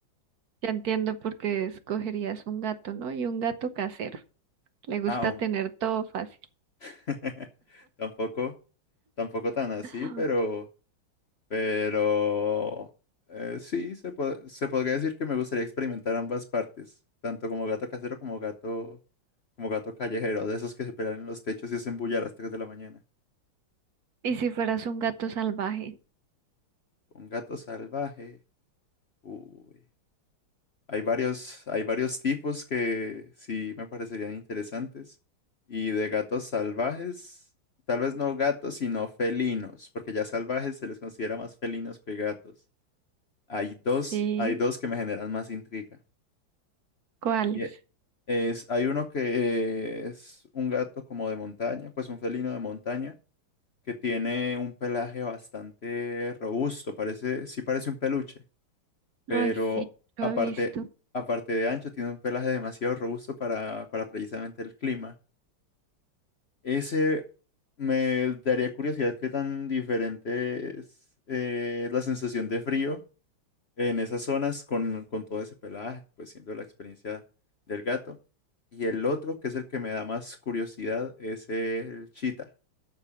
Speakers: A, on the right; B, on the left.
A: Ya entiendo por qué escogerías un gato, ¿no? Y un gato casero. Le gusta
B: Aún.
A: tener todo fácil.
B: <laughs> Tampoco, tampoco tan así,
A: <gasps>
B: pero, pero eh, sí, se, po- se podría decir que me gustaría experimentar ambas partes, tanto como gato casero como gato, como gato callejero, de esos que se pelan en los techos y hacen bulla a las 3 de la mañana.
A: ¿Y si fueras un gato salvaje?
B: Un gato salvaje. Uy. Hay varios, hay varios tipos que sí me parecerían interesantes. Y de gatos salvajes, tal vez no gatos, sino felinos, porque ya salvajes se les considera más felinos que gatos. Hay dos,
A: Sí.
B: hay dos que me generan más intriga.
A: ¿Cuáles?
B: Y e- es, hay uno que es un gato como de montaña, pues un felino de montaña, que tiene un pelaje bastante robusto, parece, sí parece un peluche pero
A: Ay, sí, lo
B: aparte,
A: he visto.
B: aparte de ancho, tiene un pelaje demasiado robusto para, para precisamente el clima. Ese me daría curiosidad qué tan diferente es eh, la sensación de frío en esas zonas con, con todo ese pelaje, pues siendo la experiencia del gato. Y el otro, que es el que me da más curiosidad, es el chita,